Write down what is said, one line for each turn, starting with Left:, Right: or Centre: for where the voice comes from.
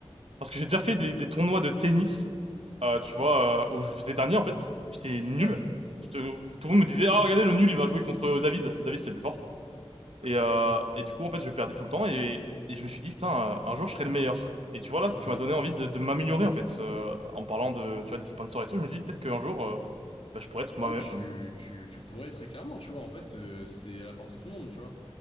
Right: parce que j'ai déjà fait des, des tournois de tennis, euh, tu vois,
Left: Ouais,
Right: euh, où je faisais dernier, en fait. J'étais nul.
Left: ouais, ouais.
Right: Je te- tout le monde me disait, ah, regardez, le nul, il va jouer contre David. David, c'est le plus fort. Et,
Left: Ok,
Right: euh,
Left: ouais.
Right: et du coup, en fait, je perdais tout le temps. Et, et je me suis dit, putain, euh, un jour, je serai le meilleur. Et tu vois, là, tu
Left: Mhm.
Right: m'as donné envie de, de m'améliorer, en fait. euh, en parlant de, tu vois, des sponsors et tout, je me dis, peut-être qu'un jour, euh, bah, je pourrais être moi-même.
Left: Ouais, tu, tu, tu pourrais très clairement, tu vois, en fait, euh, c'est à la portée de tout le monde, tu vois.